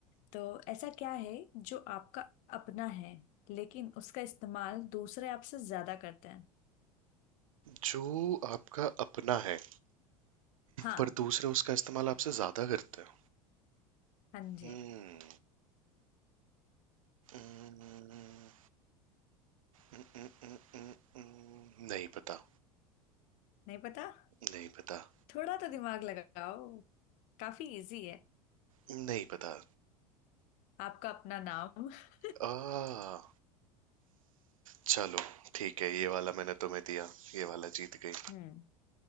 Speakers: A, on the left (about 40°); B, on the right (about 65°).
A: तो ऐसा क्या है जो आपका अपना है लेकिन उसका इस्तेमाल दूसरे आपसे ज्यादा करते हैं
B: जो आपका अपना है
A: हाँ
B: पर दूसरे उसका इस्तेमाल आपसे ज्यादा करते हैं
A: हाँ जी
B: हम्म हम्म, हम्म, हम्म, हम्म, हम्म, हम्म, हम्म, हम्म, हम्म, हम्म, हम्म, नहीं पता
A: नहीं पता
B: नहीं पता
A: थोड़ा तो दिमाग लगाओ काफी इजी है
B: नहीं पता
A: आपका अपना नाम <laughs>
B: आ चलो ठीक है ये वाला मैंने तुम्हें दिया ये वाला जीत गई
A: हम्म